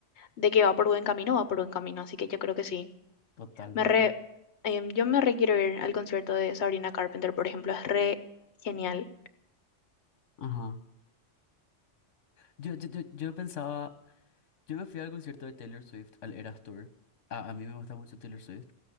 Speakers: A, on the left; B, on the left.
A: de que va por buen camino, va por buen camino, así que yo creo que sí.
B: totalmente.
A: Me re, em, yo me re quiero ir al concierto de Sabrina Carpenter, por ejemplo, es re genial.
B: Ajá. Yo, yo, yo, yo pensaba, yo me fui al concierto de Taylor Swift, al Eras Tour. A, a mí me gusta mucho Taylor Swift,